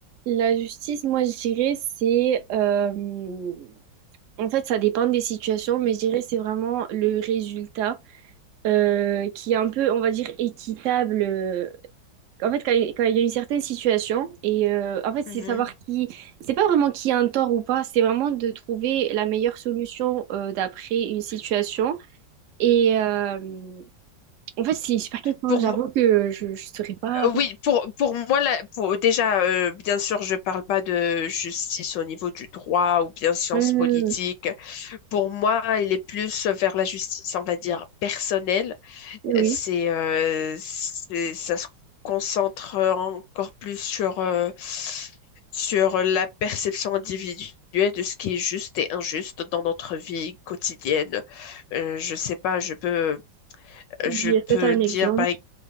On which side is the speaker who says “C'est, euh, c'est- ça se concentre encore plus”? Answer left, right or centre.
Left